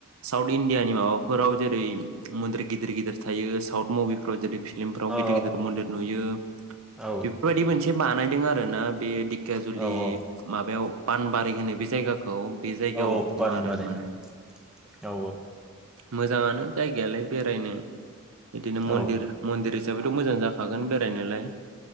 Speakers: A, on the right; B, in the centre.
A: साउथ इण्डियानि माबाफोराव जेरै मन्दिर गिदिर गिदिर थायो साउथ। मभिफोराव जेदैफ। फिलिमफोराव गिदिर
B: औ
A: गिदिर मन्दिर नुयो
B: औ औ
A: बेफोरबायदि मोनसे बानायदों आरो आरो ना बे दिक दिकेेयाजुलि
B: औ
A: माबायाव पानबारि होनो बे जायगाखौ बे जायगायाव
B: औ
A: दं
B: पानबारि
A: आरो माने
B: ना औ
A: मोजाङानो जायगायालाय बेरायनो बिदिनो मन्दिर
B: औ
A: मन्दिर हिसाबैथ' मोजां जाखागोन बे रायनोलाय